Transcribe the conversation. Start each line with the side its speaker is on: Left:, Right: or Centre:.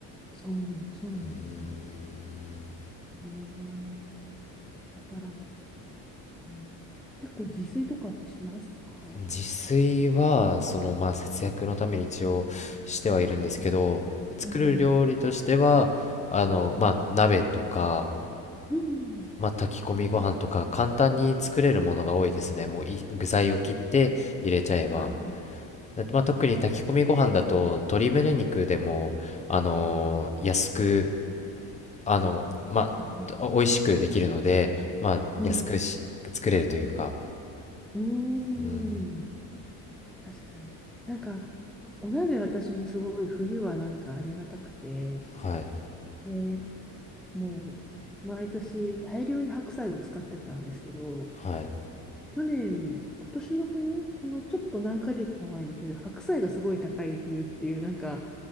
Centre: そう、そうなんですよ
Left: うーん
Centre: ね。だから、ね、結構自炊とかってしますか
Left: 自炊はそのまあ節約のために一応してはいるんですけど作る料理としてはあのまあ鍋とか、
Centre: うん。うん。
Left: まあ、炊き込みご飯とか簡単に作れるものが多いですねもうい具材を切って入れちゃえば、
Centre: あは
Left: だまあ、特に炊き込みご飯だと鶏胸肉でもあのー安くあのまあ
Centre: いはい。
Left: お美味しくできるのでまあ安くし作れるというか
Centre: うんうん。
Left: うん
Centre: うーん。確かに。なんか、お鍋私もすごい冬はなんかありがたくて、
Left: はい
Centre: で、もう、毎年大量に白菜を使ってたんですけど、
Left: はい
Centre: 去年、今年の冬、このちょっと何ヶ月か前の冬、白菜がすごい高い冬っていう、なんか、